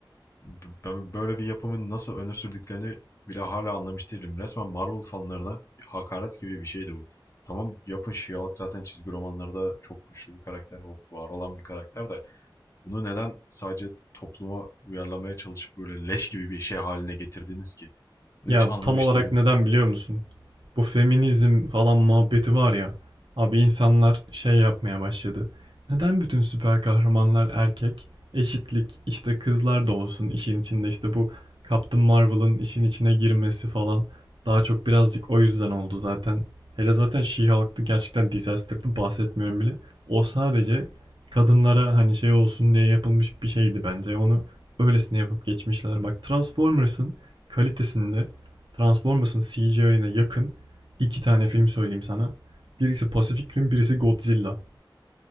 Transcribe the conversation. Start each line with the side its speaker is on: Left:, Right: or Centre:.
Left: B- Ben böyle bir yapımın nasıl öne sürdüklerini bile hala anlamış değilim. Resmen Marvel fanlarına hakaret gibi bir şeydi bu. Tamam yapın She-Hulk zaten çizgi romanlarda çok güçlü bir karakter, o var olan bir karakter de Bunu neden sadece topluma uyarlamaya çalışıp böyle leş gibi bir şey haline getirdiniz ki? Bunu
Right: Ya
Left: hiç anlamış
Right: tam olarak
Left: değilim.
Right: neden biliyor musun? Bu feminizm falan muhabbeti var ya. Abi insanlar şey yapmaya başladı. Neden bütün süper kahramanlar erkek? Eşitlik, işte kızlar da olsun işin içinde işte bu Captain Marvel'ın işin içine girmesi falan. Daha çok birazcık o yüzden oldu zaten. Hele zaten She-Hulk'tı gerçekten disaster'dı bahsetmiyorum bile. O sadece kadınlara hani şey olsun diye yapılmış bir şeydi bence. Onu öylesine yapıp geçmişler. Bak Transformers'ın kalitesinde Transformers'ın CGI'ına yakın iki tane film söyleyeyim sana. Birisi Pacific Rim, birisi Godzilla.